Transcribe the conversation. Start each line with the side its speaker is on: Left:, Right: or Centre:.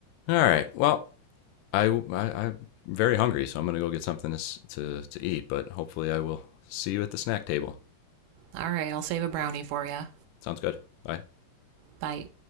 Left: All right. Well, I, I am very hungry, so I'm gonna go get something to to to eat. But hopefully, I will see you at the snack table.
Right: All right, I'll save a brownie for you.
Left: Sounds good. Bye.
Right: Bye.